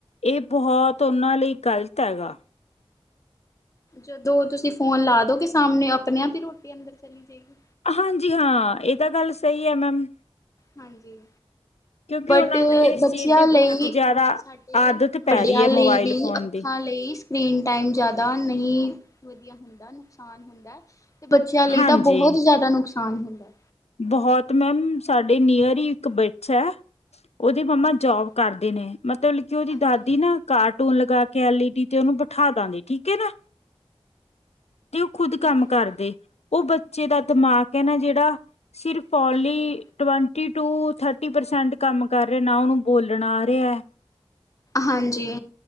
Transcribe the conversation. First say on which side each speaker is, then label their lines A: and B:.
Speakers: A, on the left; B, on the left.
A: ਇਹ ਬਹੁਤ ਉਹਨਾਂ ਲਈ ਗ਼ਲਤ ਹੈਗਾ।
B: ਜਦੋਂ ਤੁਸੀਂ ਫੋਨ ਲਾ ਦੋਗੇ ਸਾਹਮਣੇ ਆਪਣੇ ਆਪ ਹੀ ਰੋਟੀ ਅੰਦਰ ਚਲੀ ਜਾਏਗੀ।
A: ਹਾਂਜੀ ਹਾਂ ਇਹ ਤਾਂ ਗੱਲ ਸਹੀ ਹੈ ਮੈਮ,
B: ਹਾਂਜੀ
A: ਕਿਉਂਕਿ
B: ਬਟ
A: ਉਹਨਾਂ ਨੂੰ ਇਸ
B: ਬੱਚਿਆਂ
A: ਚੀਜ਼ ਦੀ
B: ਲਈ
A: ਬਹੁਤ ਜ਼ਿਆਦਾ
B: ਸਾਡੇ
A: ਆਦਤ ਪੈ
B: ਵੱਡਿਆਂ
A: ਰਹੀ ਹੈ
B: ਲਈ
A: ਮੋਬਾਇਲ
B: ਵੀ
A: ਫੋਨ
B: ਅੱਖਾਂ
A: ਦੀ
B: ਲਈ ਸਕ੍ਰਰੀਨ ਟਾਈਮ ਜ਼ਿਆਦਾ ਨਹੀਂ, ਵਧੀਆ ਹੁੰਦਾ ਨੁਕਸਾਨ ਹੁੰਦਾ। ਤੇ ਬੱਚਿਆਂ ਲਈ
A: ਹਾਂਜੀ
B: ਤਾਂ ਬਹੁਤ ਜ਼ਿਆਦਾ ਨੁਕਸਾਨ ਹੁੰਦਾ।
A: ਬਹੁਤ ਮੈਮ ਸਾਡੇ ਨੀਅਰ ਹੀ ਇੱਕ ਬੱਚਾ, ਉਹਦੀ ਮੰਮਾ ਜੋਬ
B: ਹਾਂ
A: ਕਰਦੇ ਨੇ, ਮਤਲਬ ਕਿ ਉਹਦੀ
B: ਹਾਂਜੀ
A: ਦਾਦੀ ਨਾ ਕਾਰ ਟੁਨ ਲਗਾ ਕੇ ਐਲ ਈ ਡੀ ਚ ਉਹਨੂੰ ਬਿਠਾ ਦਿੰਦੀ ਠੀਕ ਹੈ ਨਾ, ਤੇ ਉਹ ਖੁਦ
B: ਹੂੰ
A: ਕੰਮ ਕਰਦੇ, ਉਹ ਬੱਚੇ ਦਾ ਦਿਮਾਗ ਹੈ ਨਾ ਜਿਹੜਾ ਜਿਹੜਾ ਸਿਰਫ only
B: ਹਾਂਜੀ
A: twenty two thirty percent ਕੰਮ ਕਰ ਰਿਹਾ ਨਾ ਉਹਨੂੰ ਬੋਲਣ ਆ ਰਿਹਾ।
B: ਹਾਂਜੀ,